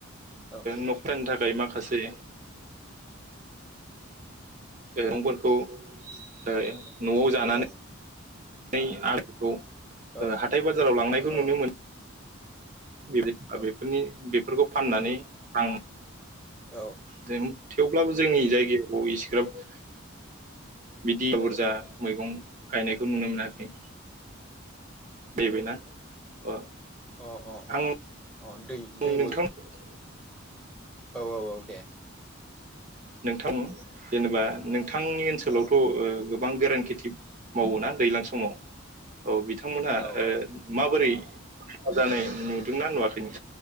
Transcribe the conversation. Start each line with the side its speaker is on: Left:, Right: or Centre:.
Centre: औ
Right: न'खरानि थाखाय माखासे मैगंफोरखौ ओयै न'आव जानानै
Centre: औ
Right: आगखौ
Centre: औ
Right: हाथाय बाजाराव लांनायखौ
Centre: औ
Right: नुनो मोनो। बे
Centre: औ
Right: बेफोरनि बेफोरखौ फाननानै आं
Centre: औ
Right: जों थेवब्लाबो जोंनि जायगाखौ इसिग्राब बिदि बुरजा मैगं गायनायखौ नुनो मोनाखै नै बेना अ
Centre: अ अ
Right: आं
Centre: अ अ दै
Right: आं
Centre: दैब'ज
Right: नोंथां <unintelligible>
Centre: औ औ औ दे
Right: नोंथां जेनेबा नोंथांनि ओनसोलावथ'
Centre: औ
Right: ओ गोबां गोरान खेथि मावोना दैज्लां समाव औ बिथांमोनहा
Centre: औ औ
Right: ओ माबोरै मुलामफा जानाय नुदोंना नुवाखै नों